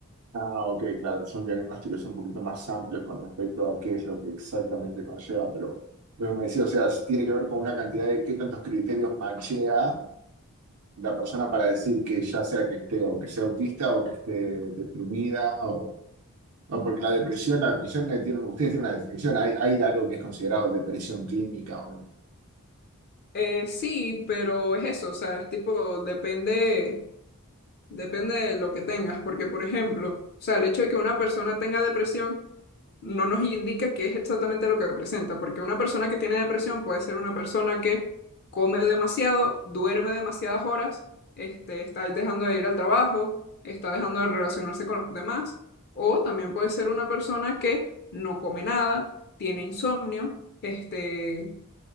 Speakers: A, on the right; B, on the left.
A: Ah, ok, claro, son diagnósticos un poquito más amplios con respecto a qué es lo que exactamente conlleva, pero, pero me decía, o sea, tiene que ver con una cantidad de qué tantos criterios machea la persona para decir que ya sea que esté o que sea autista o que esté deprimida o... No, porque la depresión, la depresión eh, tiene, ustedes tienen una definición, hay, hay algo que es considerado depresión clínica o no,
B: Eh, sí, pero es eso, o sea, es tipo, depende Depende de lo que tengas, porque por ejemplo, o sea, el hecho de que una persona tenga depresión no nos indica qué es exactamente lo que presenta, porque una persona que tiene depresión puede ser una persona que come demasiado, duerme demasiadas horas, este, está dejando de ir al trabajo, está dejando de relacionarse con los demás, o también puede ser una persona que no come nada, tiene insomnio, este,